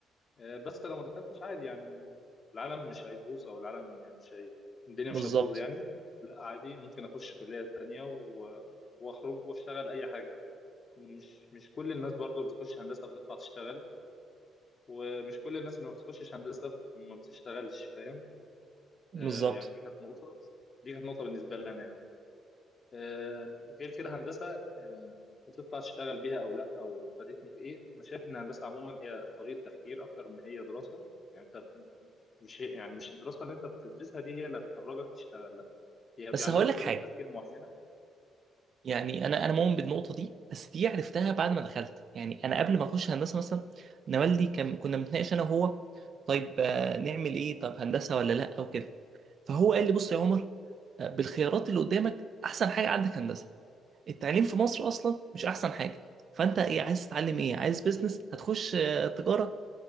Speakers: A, on the left (about 40°); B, on the right (about 55°).
A: آه، بس لو ما دخلتش عادي يعني العالم مش هيبوظ او العالم يعني مش هي... الدنيا
B: بالظبط
A: مش هتبوظ يعني لا عادي ممكن اخش كليه تانيه و... واخرج واشتغل اي حاجه مش مش كل الناس برضو بتخش هندسة بتطلع تشتغل ومش كل الناس اللي ما بتخشش هندسة ما بتشتغلش فاهم
B: بالظبط
A: آه يعني دي كانت نقطة دي كانت نقطة بالنسبة لي أنا يعني. آه غير كده هندسة آه هتطلع تشتغل بيها أو لأ أو فادتني في إيه أنا شايف إن الهندسة عموما هي طريقة تفكير أكتر ما هي دراسة يعني أنت مش يعني مش الدراسة اللي أنت بتدرسها دي هي اللي هتخرجك تشتغل لأ هي
B: بس
A: بيعلموك
B: هقول لك
A: طريقة
B: حاجه
A: تفكير معينة
B: يعني انا انا مؤمن بالنقطه دي بس دي عرفتها بعد ما دخلت يعني انا قبل ما اخش هندسه مثلا انا والدي كان كنا بنتناقش انا وهو طيب آه، نعمل ايه طب هندسه ولا لا او كده فهو قال لي بص يا عمر آه، بالخيارات اللي قدامك احسن حاجه عندك هندسه التعليم في مصر اصلا مش احسن حاجه فانت ايه عايز تتعلم ايه عايز بيزنس هتخش آه، تجاره